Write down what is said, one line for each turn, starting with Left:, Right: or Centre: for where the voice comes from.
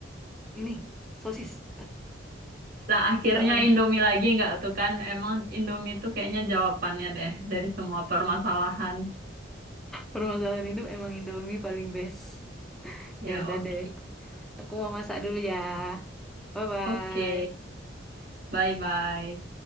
Centre: ini sosis.
Right: Nah, akhirnya
Centre: <laughs> Entah mana.
Right: Indomie lagi nggak tuh kan? Emang Indomie tuh kayaknya jawabannya deh dari semua permasalahan.
Centre: Permasalahan hidup emang Indomie paling best.
Right: Ya,
Centre: Ya udah
Right: oke.
Centre: deh. Aku mau masak dulu ya. Bye bye.
Right: Oke, bye-bye.